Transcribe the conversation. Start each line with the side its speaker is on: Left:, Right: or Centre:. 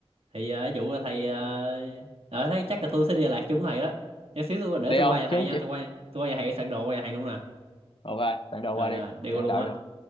Right: Thì ờ, ví dụ là thầy... Uh, thấy chắc là tôi sẽ đi Đà Lạt chung với thầy đó. Chút xíu tôi để
Left: đi
Right: tôi
Left: không
Right: qua nhà thầy
Left: chú
Right: nha.
Left: chứ
Right: Tôi qua tôi qua nhà thầy soạn đồ qua nhà thầy luôn nè.
Left: rồi về bạn đồ
Right: Rồi,
Left: qua đi
Right: rồi. Đi
Left: đang
Right: qua luôn
Left: đợi
Right: á.
Left: nè